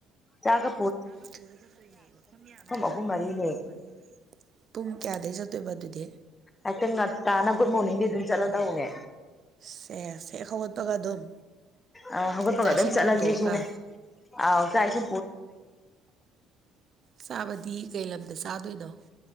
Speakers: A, on the left; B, on the right.
A: ꯆꯥꯒ
B: ꯆꯥꯛꯒ ꯄꯨꯔ ꯆꯠꯇꯣꯏꯅꯦ ꯃꯐꯝ ꯌꯥꯝꯅꯤ ꯆꯠꯇꯣꯏꯅꯦ
A: ꯑꯍꯨꯝ ꯃꯔꯤꯅꯦ
B: ꯃꯐꯝ ꯑꯍꯨꯝ ꯃꯔꯤꯅꯦ ꯄꯨꯡ ꯀꯌꯥꯗꯩ ꯆꯠꯇꯣꯏꯕ ꯑꯗꯨꯗꯤ
A: ꯑꯦ ꯇꯪ ꯉ ꯇ ꯅꯒꯨꯗ ꯃꯣꯔꯅꯤꯡꯦ ꯑꯗꯨꯅ ꯆꯠꯗꯅꯦ
B: ꯁꯦ ꯁꯦ ꯍꯧꯒꯠ ꯇꯒ ꯑꯗꯨꯝ
A: ꯑ ꯍꯧꯒꯠꯄꯒ
B: ꯆꯥꯛ
A: ꯑꯗꯨꯝ
B: ꯏꯁꯤꯡ
A: ꯆꯠꯂꯁꯤ
B: ꯊꯣꯡꯗꯣꯛꯑꯒ
A: ꯁꯤꯅꯦ ꯑ ꯆꯥꯛꯁꯤ
B: ꯆꯥꯕꯗꯤ ꯀꯩ ꯂꯝꯗ ꯆꯥꯗꯣꯏꯅꯣ